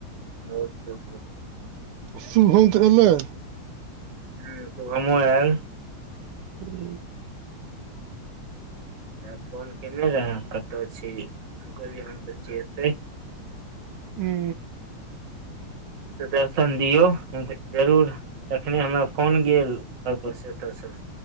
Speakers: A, on the right (about 45°); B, on the right (about 80°).
A: बहुत शक
B: शुभमत गेलये।
A: हू हम गामो आयल
B: हू।
A: तऽ फोन केने रहे कतय छी तऽ हम कहलीय हम त छी एतय
B: हू।
A: तऽ दर्शन दियौ हम कहली जरूर। तखने हमरा फोन गेलसँ बस एतयसँ।